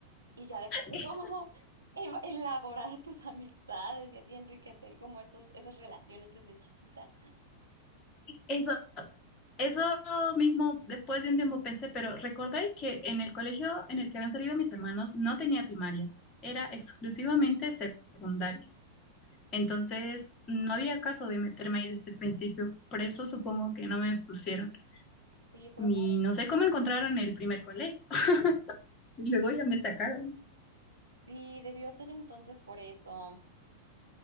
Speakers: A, on the right; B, on the left.
A: y ya dejarte
B: Es-
A: como <laughs> eva- elaborar tus amistades y así enriquecer como esos, esas relaciones desde chiquita.
B: Eso, eso mismo después de un tiempo pensé, pero recordé que en el colegio en el que habían salido mis hermanos no tenía primaria, era exclusivamente secundaria. Entonces, no había caso de meterme ahí desde el principio. Por eso supongo que no me pusieron.
A: Sí, fue
B: Y
A: por
B: no
A: eso.
B: sé cómo encontraron el primer colegio. <laughs> Y luego ya me sacaron.
A: Sí, debió ser entonces por eso.